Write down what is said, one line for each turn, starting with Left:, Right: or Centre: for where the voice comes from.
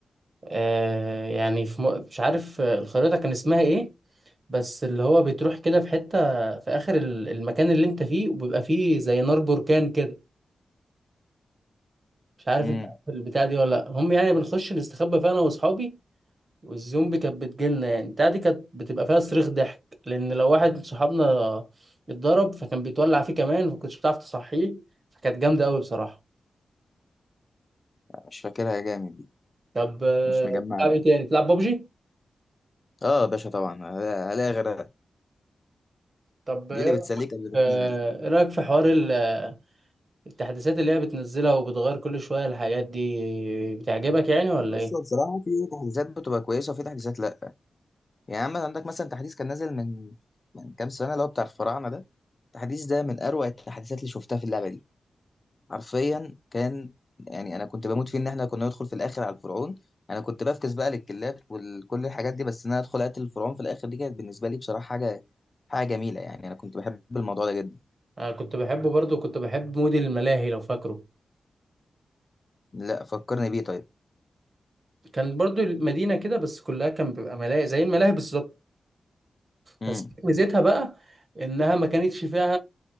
Right: آه، يعني في م... مش عارف آه، الخريطة كان اسمها ايه بس اللي هو بتروح كده في حتة في اخر ال- المكان اللي انت فيه وبيبقى فيه زي نار بركان كده مش عارف
Left: امم
Right: انت عارف البتاع دي ولا لا هم يعني بنخش نستخبى فيها انا واصحابي والزومبي كانت بتجيلنا يعني البتاع دي كانت بتبقى فيها صريخ ضحك لان لو واحد من صحابنا اتضرب فكان بيتولع فيه كمان فكنتش بتعرف تصحيه فكانت جامدة قوي بصراحة
Left: مش فاكرها جامد دي
Right: طب آه،
Left: مش مجمعها
Right: بتلعب
Left: دي
Right: ايه تاني بتلعب بابجي
Left: اه يا باشا طبعا هلا- هلاقي غيرها
Right: طب ايه
Left: دي اللي
Right: رأيك
Left: بتسليك قبل ما
Right: آه،
Left: تنام دي
Right: إيه رأيك في حوار ال- آه، التحديثات اللي هي بتنزلها وبتغير كل شوية الحاجات دي بتعجبك يعني ولا
Left: بص
Right: ايه؟
Left: هو بصراحه في تحديثات بتبقى كويسه وفي تحديثات لا يعني عم عندك مثلا تحديث كان نازل من من كام سنة اللي هو بتاع الفراعنة ده التحديث ده من أروع التحديثات اللي شفتها في اللعبة دي حرفيا كان يعني أنا كنت بموت فيه إن إحنا كنا ندخل في الآخر على الفرعون أنا كنت بفكس بقى للكلاب وكل الحاجات دي بس إن أنا أدخل أقتل الفرعون في الآخر دي كانت بالنسبة لي بصراحة حاجة حاجة جميلة يعني أنا كنت بحب الموضوع ده جدا
Right: انا كنت بحبه برضو كنت بحب مود الملاهي لو فاكره
Left: لا فكرني بيه طيب
Right: كان برضو المدينة كده بس كلها كان بيبقى ملاهي زي الملاهي بالظبط
Left: امم
Right: بس ميزتها بقى انها ما كانتش فيها